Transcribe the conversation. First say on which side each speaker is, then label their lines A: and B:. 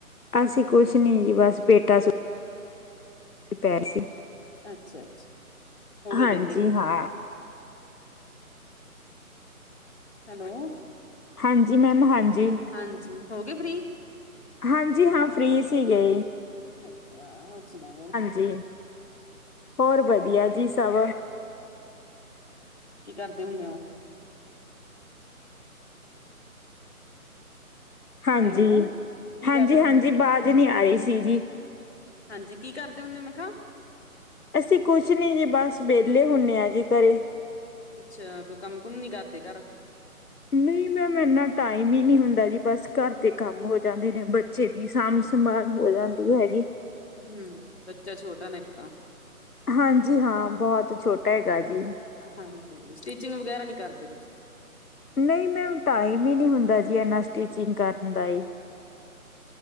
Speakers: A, on the left; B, on the left.
A: ਅਸੀਂ ਕੁਛ ਨੀ ਜੀ ਬਸ ਬੇਟਾਂ ਸੁ ਪੈ ਰਹੀ ਸੀ।
B: ਅੱਛਾ ਅੱਛਾ ਹੋ ਗਏ
A: ਹਾਂਜੀ
B: ਵਿਹਲੇ
A: ਹਾਂ
B: ਹੈਲੋ।
A: ਹਾਂਜੀ ਮੈਮ ਹਾਂਜੀ।
B: ਹਾਂਜੀ, ਹੋ ਗਏ ਫਰੀ।
A: ਹਾਂਜੀ ਹਾਂ ਫਰੀ ਸੀਗੇ।
B: ਅੱਛਾ ਹੋਰ ਸੁਣਾਓ।
A: ਜੀ। ਹੋਰ ਵਧੀਆ ਜੀ ਸਭ।
B: ਕੀ ਕਰਦੇ ਹੁੰਨੇ ੳ।
A: ਹਾਂਜੀ-
B: ਹੈਲੋ ਕੀ
A: ਹਾਂਜੀ-
B: ਕਰ ਰਹੇ
A: ਹਾਂਜੀ,
B: ਹੁੰਦੇ ਹੋ
A: ਬਾਜ਼ ਨਹੀਂ ਆ ਰਹੀ ਸੀ ਜੀ।
B: ਹਾਂਜੀ, ਕੀ ਕਰਦੇ ਹੁੰਨੇ ਮੈਂ ਕਿਹਾ।
A: ਅਸੀਂ ਕੁਛ ਨਹੀਂ ਜੀ, ਬਸ ਵਿਹਲੇ ਹੁੰਨੇ ਆਂ ਜੀ ਘਰੇ।
B: ਅੱਛਾ, ਕੋਈ ਕੰਮ ਕੁਮ ਨੀ ਕਰਦੇ ਘਰ।
A: ਨਹੀਂ ਮੈਮ ਇੰਨਾ ਟਾਈਮ ਈ ਨੀ ਹੁੰਦਾ ਜੀ, ਬਸ ਘਾਰ ਦੇ ਕੰਮ ਹੋ ਜਾਂਦੇ ਨੇ ਬ ਬੱਚੇ ਦੀ ਸਾਂਭ ਸੰਭਾਲ ਹੋ ਜਾਂਦੀ ਹੈਗੀ।
B: ਹੂੰ ਬੱਚਾ ਛੋਟਾ ਨਾ ਇੱਕ ਤਾਂ
A: ਹਾਂਜੀ ਹਾਂ ਬਹੁਤ ਛੋਟਾ ਹੈਗਾ ਜੀ।
B: ਹਾਂਜੀ ਹਾਂਜੀ ਸਟਿਚਿੰਗ ਵਗੈਰਾ ਨਹੀਂ ਕਰਦੇ ਤੁਸੀਂ।
A: ਨਹੀਂ ਮੈਮ ਟਾਈਮ ਈ ਨੀ ਹੁੰਦਾ ਜੀ ਏਨਾ ਸਟਿਚਿੰਗ ਕਰਨ ਦਾਈ।